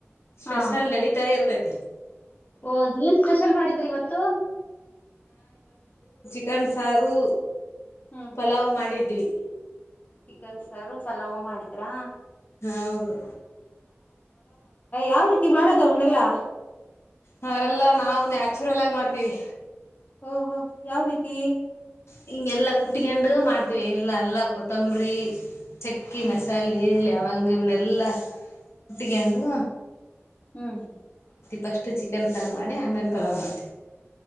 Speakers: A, on the left; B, on the left.
A: ಸ್ಪೆಷಲ್
B: ಹಾ
A: ನಡೀತಾ ಇರ್ತೈತಿ ಕಪ್ಪ <unintelligible>
B: ಓ ನೀಏನ್ ಸ್ಪೆಷಲ್ ಮಾಡಿದ್ರಿ ಇವತ್ತು
A: ಚಿಕನ್ಸಾರು
B: ಹ್ಮ್
A: ಪಲಾವ್ ಮಾಡಿದ್ವಿ
B: ಚಿಕನ್ ಸಾರು ಚಲವು ಮಾಡಿದ್ರಾ
A: ಹೌದು
B: ಯಾವ ರೀತಿ ಮಾಡೋದ್ ಅವನ್ನೆಲ್ಲಾ
A: ಹ ಎಲ್ಲಾ ನಾವ್ ನ್ಯಾಚುರಲ್ ಆಗಿ ಮಾಡ್ತೀವಿ
B: ಓಹೋ ಯಾವ್ ರೀತಿ
A: ಹಿಂಗೆ ಎಲ್ಲಾ ಕುಟ್ಟಿಕಂಡು ಮಾಡ್ತಿವಿ ಎಲ್ಲಾ ಎಲ್ಲಾ ಕೊತ್ತಂಬರಿ ಚಕ್ಕಿ
B: ಹ್ಮ್
A: ಮಸಾಲೆ ಲ ಅಂಗ ಇವ ನೆಲ್ಲ ಕುಟ್ಟಿಕಂಡು
B: ಹ್ಮ್
A: ಫಸ್ಟಟ್ ಚಿಕನ್ ಫಾರ್ ಮಾಡಿ ಆಮೇಲೆ ಪಲಾವ್ ಮಾಡ್ತೀವಿ